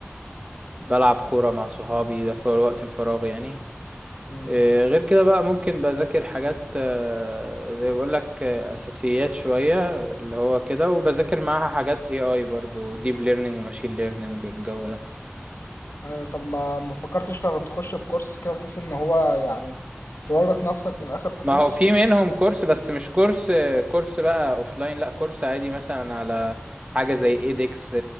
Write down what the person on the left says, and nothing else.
مم.
آه طب ما ما فكرتش تاخد- تخش في كورس كده بحيث ان هو يعني تورط نفسك من الاخر في كورس؟